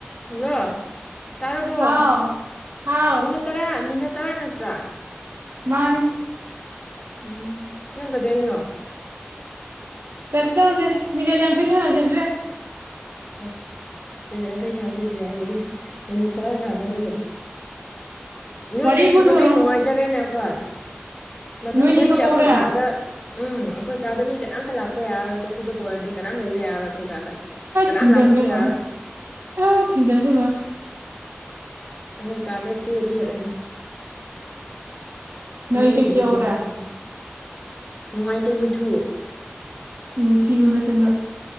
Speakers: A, on the left; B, on the right.
A: hello ꯇꯥꯔꯕꯣ
B: ꯍꯥꯎ ꯍꯥꯎ
A: ꯃꯤꯅꯠ ꯇꯔꯥ ꯃꯤꯅꯠ ꯇꯔꯥ ꯅꯠꯇ꯭ꯔꯥ
B: ꯃꯥꯅꯦ
A: ꯎꯝ ꯌꯥꯝꯪ ꯀꯗꯅꯣ
B: ꯀꯁ ꯇꯧꯗꯦ ꯃꯤꯅꯥꯖ ꯑꯡꯈꯩꯁꯂ ꯖꯨ
A: ꯑꯁ ꯀꯩ ꯆꯥꯟꯁꯦꯁ ꯌꯥꯏ ꯃꯅ ꯇ꯭ꯔꯥ ꯁꯅ ꯑꯗꯨꯕꯗꯣ ꯅꯣꯏ
B: ꯋꯥꯔꯤ
A: ꯆꯠꯈꯤꯕꯗꯩ
B: ꯄꯨꯊꯣꯔꯛꯑꯣ
A: ꯅꯨꯡꯉꯥꯏꯖꯔꯦꯅꯦ ꯑꯩꯈꯣꯏ ꯃꯊꯪꯗꯩꯗꯤ
B: ꯅꯣꯏ ꯅꯤꯛ ꯀꯞꯄꯧꯔꯦ
A: ꯑꯩꯈꯣꯏ ꯀꯥꯗ ꯎꯝ ꯑꯩꯈꯣꯏ ꯀꯥꯗ ꯃꯤ ꯀꯅꯥꯝꯇ ꯂꯥꯛꯄ ꯌꯥꯔꯔꯣꯏ ꯆꯠꯈꯤꯗꯕꯨ ꯑꯣꯏꯔꯗꯤ ꯀꯅꯥꯝ ꯂꯩꯕ ꯌꯥꯔꯣꯏ ꯑꯩꯈꯣꯏ ꯀꯥꯗ ꯀꯅꯥꯝ
B: ꯊꯤꯡꯖꯒꯦ
A: ꯂꯥꯛꯄꯁꯨ
B: ꯂꯣꯏ
A: ꯌꯥꯔꯣꯏ
B: ꯑ ꯊꯤꯡꯖꯒꯦ ꯂꯣꯏ
A: ꯑꯩꯈꯣꯏ ꯀꯥꯗ ꯆꯦ ꯊꯦꯠꯂꯅꯤ ꯁꯨꯃꯥꯏꯅ
B: ꯅꯣꯏ ꯏꯆꯦꯛ
A: ꯇꯧꯕꯤꯒꯅꯨ
B: ꯆꯤꯛꯍꯧꯔꯦ
A: ꯑꯩꯈꯣꯏꯅ ꯅꯨꯡꯉꯥꯏꯇꯦ ꯍꯨꯏꯊꯨ
B: ꯎꯝ ꯊꯤꯅ ꯆꯗ